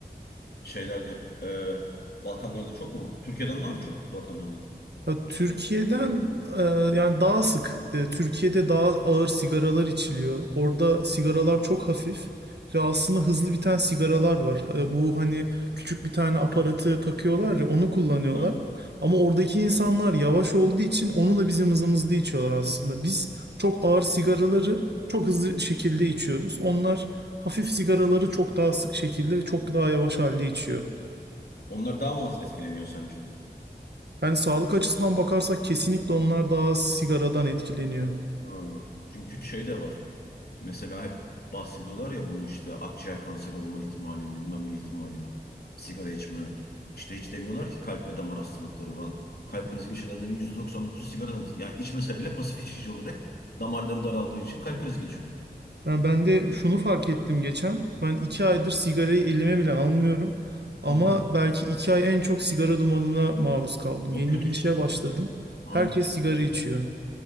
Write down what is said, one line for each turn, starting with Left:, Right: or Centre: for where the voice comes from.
Left: Şeylerde, e, Balkanlarda çok mu? Türkiye'den daha mı çok Balkanlarda?
Right: Ya Türkiye'den e, yani daha sık. E, Türkiye'de daha ağır sigaralar içiliyor. Orada sigaralar çok hafif ve aslında hızlı biten sigaralar var. E, bu hani küçük bir tane aparatı takıyorlar ya onu kullanıyorlar.
Left: Ha.
Right: Ama oradaki insanlar yavaş olduğu için onu da bizim hızımızda içiyorlar aslında. Biz çok ağır sigaraları çok hızlı şekilde içiyoruz. Onlar hafif sigaraları çok daha sık şekilde ve çok daha yavaş halde içiyor.
Left: Onlar daha mı az etkileniyor sence?
Right: Yani sağlık açısından bakarsak kesinlikle onlar daha az sigaradan etkileniyor.
Left: Ha. Çünkü şey de var. Mesela hep bahsediyorlar ya bu işte akciğer kanseri olma ihtimalin, bilmem ne ihtimalin, sigara içme. İşte hiç demiyorlar ki kalp ve damar hastalıkları falan. Kalp krizi geçirenlerin %99'u sigaradan. Yani içmese bile pasif içici olarak damarları daraldığı için kalp krizi geçiriyor.
Right: Yani ben de şunu fark ettim geçen. Ben iki aydır sigarayı elime bile almıyorum. Ama
Left: Hı hı.
Right: belki iki ay en çok sigara dumanına maruz kaldım.
Left: Çok
Right: Yeni
Left: kötü
Right: bir
Left: işte.
Right: işe başladım.
Left: Aynen.
Right: Herkes sigara içiyor.